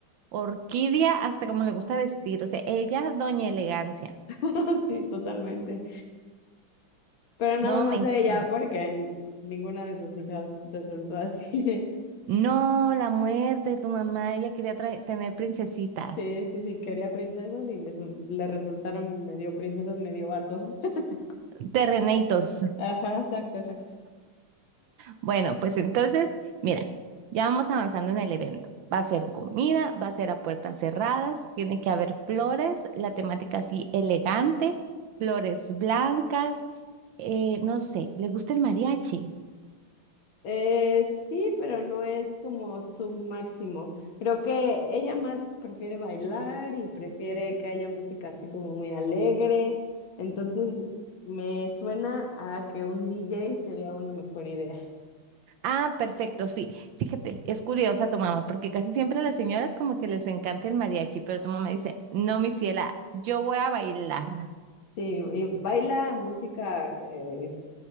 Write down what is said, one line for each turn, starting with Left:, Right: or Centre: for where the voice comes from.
Right: orquídea, hasta como le gusta vestir, o sea, ella, doña elegancia.
Left: <laughs> Sí, totalmente. Pero nada
Right: No,
Left: más
Right: me encanta.
Left: ella, porque n- ninguna de sus hijas resultó así. <laughs>
Right: No, la muerte de tu mamá, ella quería trae- tener princesitas.
Left: Sí, sí, sí, quería princesas y le, sul- le resultaron medio princesas, medio vatos. <laughs>
Right: Terrenators.
Left: Ajá, exacto, exacto.
Right: Bueno, pues entonces, mira, ya vamos avanzando en el evento. Va a ser comida, va a ser a puertas cerradas, tiene que haber flores, la temática así elegante, flores blancas, eh, no sé, ¿le gusta el mariachi?
Left: Eh, sí, pero no es como su máximo. Creo que ella más prefiere bailar y prefiere que haya música así como muy alegre. Entonces, me suena a que un DJ sería una mejor idea.
Right: Ah, perfecto, sí. Fíjate, es curiosa tu mamá, porque casi siempre a las señoras como que les encanta el mariachi, pero tu mamá dice, no, mi ciela, yo voy a bailar.
Left: Sí, y baila música eh,